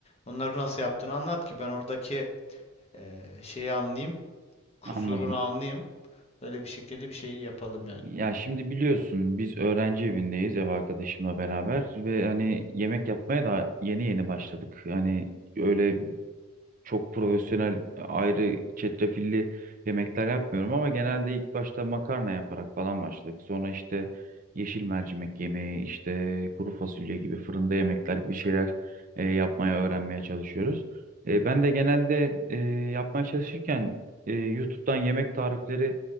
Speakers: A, on the left; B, on the right.
A: onları nasıl yaptığını anlat ki ben oradaki eee, şeyi anlayayım, kusurunu
B: Anladım.
A: anlayayım. Böyle bir şekilde bir şey yapalım yani.
B: Ya şimdi biliyorsun biz öğrenci evindeyiz ev arkadaşımla beraber ve hani yemek yapmaya da yeni yeni başladık. Hani öyle çok profesyonel ayrı çetrefilli yemekler yapmıyorum ama genelde ilk başta makarna yaparak falan başladık. Sonra işte yeşil mercimek yemeği, işte kuru fasulye gibi fırında yemekler gibi şeyler e, yapmaya öğrenmeye çalışıyoruz. E, ben de genelde e, yapmaya çalışırken e, YouTube'dan yemek tarifleri